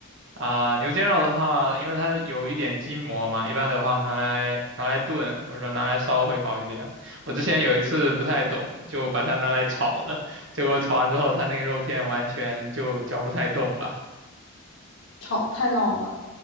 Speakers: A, on the right (about 60°); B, on the left (about 65°).
A: 啊，牛肩肉的话，因为它有一点筋膜嘛，一般的话拿来拿来炖，或者说拿来烧会好一点。我之前有一次不太懂，就把它拿来炒了，结果炒完之后，它那个肉片完全就嚼不太动吧。
B: 炒太老了。